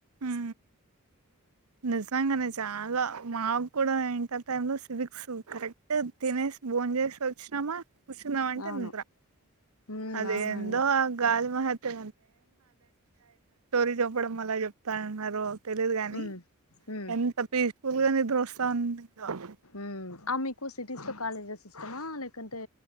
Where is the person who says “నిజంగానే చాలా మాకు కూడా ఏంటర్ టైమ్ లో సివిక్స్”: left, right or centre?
Right